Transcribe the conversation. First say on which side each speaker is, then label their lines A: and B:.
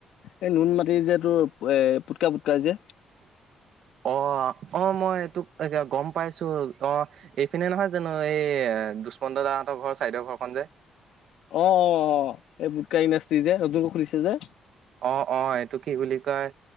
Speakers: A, on the left (about 75°); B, on the right (about 70°).
A: এই নুন মাটি যে তোৰ এ পুটকা পুটকা যে
B: অ অ মই এই তোক এ গম পাইছো অ এইফিনে নহয় জানো এই দুষ্মন্ত দা ৰ ঘৰ চাইদেউ ঘৰখন যে।
A: অ অ অ এই বুটকা ইনডাচট্ৰি যে নতুনক খুলিছে যে।
B: অ অ এইটো কি বুলি কয়